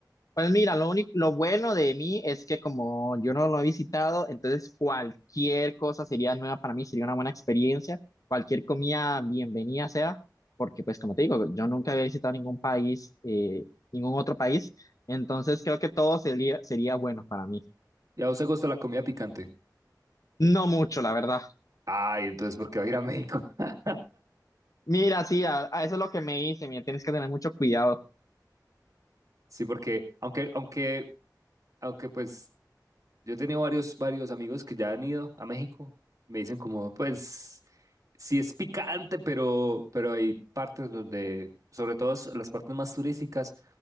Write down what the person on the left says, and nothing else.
Pues mira, lo único, lo bueno de mí es que como yo no lo he visitado, entonces cualquier cosa sería nueva para mí, sería una buena experiencia, cualquier comida bienvenida sea, porque pues como te digo, yo nunca había visitado ningún país, eh, ningún otro país, entonces creo que todo sería, sería bueno para mí.
No mucho, la verdad.
Mira, sí, a, a eso es lo que me hice, mira, tienes que tener mucho cuidado.